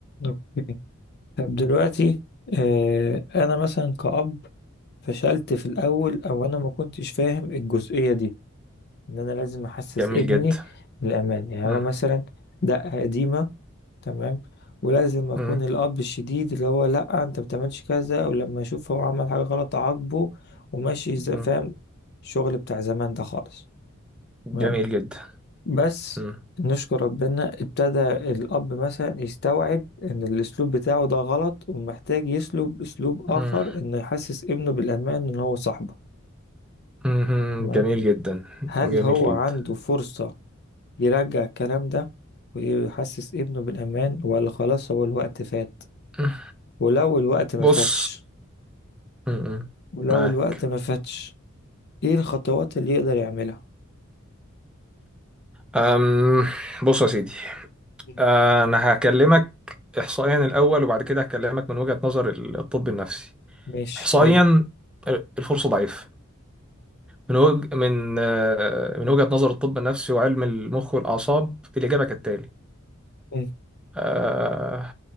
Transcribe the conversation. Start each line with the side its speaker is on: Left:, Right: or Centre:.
Left: اوكي طب دلوقتي آه انا مثلا كأب فشلت في الاول او انا ما كنتش فاهم الجزئيه دي ان انا لازم احسس
Centre: جميل
Left: ابني
Centre: جدا
Left: بالامان يعني
Centre: مم.
Left: انا مثلا دقه قديمه تمام ولازم اكون
Centre: مم.
Left: الاب الشديد اللي هو لا انت ما بتعملش كذا ولما اشوف هو عمل حاجه غلط اعاقبه وماشي زي
Centre: مم.
Left: فاهم الشغل بتاع زمان ده خالص
Centre: جميل
Left: تمام
Centre: جدا
Left: بس
Centre: مم.
Left: نشكر ربنا ابتدى الاب مثلا يستوعب ان الاسلوب بتاعه ده غلط ومحتاج يسلب اسلوب
Centre: مم.
Left: اخر انه يحسس ابنه بالامان ان هو صاحبه
Centre: مم.
Left: تمام
Centre: جميل جدا
Left: هل
Centre: جميل
Left: هو
Centre: جدا
Left: عنده فرصة يرجع الكلام ده ويحسس ابنه بالأمان ولا خلاص هو الوقت فات
Centre: مم.
Left: ولو الوقت ما
Centre: بص
Left: فاتش
Centre: مم.
Left: ولو
Centre: معاك
Left: الوقت ما فاتش ايه الخطوات اللي يقدر يعملها
Centre: أم بص يا سيدي
Left: مم.
Centre: أنا هكلمك إحصائيا الأول وبعد كده هكلمك من وجهة نظر الطب النفسي
Left: مش
Centre: إحصائيا
Left: حلو
Centre: الفرصة ضعيفة من وج... من آه، من وجهة نظر الطب النفسي وعلم المخ والأعصاب الإجابة كالتالي
Left: مم.
Centre: آه،